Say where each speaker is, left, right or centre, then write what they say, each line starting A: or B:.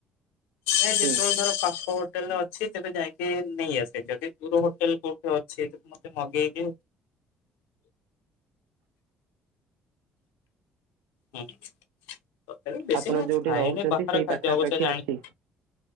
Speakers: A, on the left (about 80°); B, on the right (about 80°).
A: ଏ ଯେତେବେଳେ
B: ହୁଁ
A: ଧର ପାଖ ହୋଟେଲରେ ଅ ଅଛି ତେବେ ଯାଇକି ନେଇ ଆସେ ଯଦି ଦୂର ହୋଟେଲ କୋଉଠି ଅଛି ତ ମତେ ମଗେଇଦିଏ। ହୁଁ ତଥାପି ବେଶୀ
B: ଆପଣ
A: ନୁହେଁ
B: ଯୋଉଠି
A: ଖାଏନି
B: ରହୁଛନ୍ତି
A: ବାହାର
B: ସେଇ
A: ଖାଦ୍ୟ
B: ପାଖାପାଖି
A: ଅବସ୍ଥା ଜାଣି
B: ଅଛି